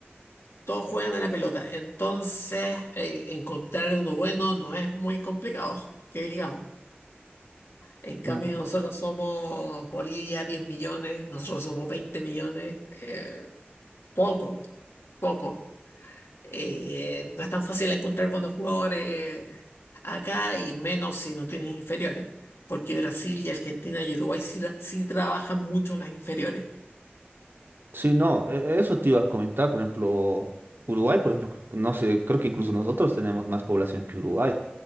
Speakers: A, on the left (about 85°); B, on the right (about 60°).
A: Todos juegan a la pelota. Entonces, eh, encontrar uno bueno no es muy complicado, que digamos. En cambio,
B: mm.
A: nosotros somos Bolivia 10 millones, nosotros somos 20 millones, eh, poco, poco. Eh, no es tan fácil encontrar buenos jugadores acá y menos si no tienes inferiores, porque Brasil y Argentina y Uruguay sí, tra- sí trabajan mucho las inferiores.
B: Sí, no, e- eso te iba a comentar, por ejemplo, Uruguay, por ejemplo, no sé, creo que incluso nosotros tenemos más población que Uruguay.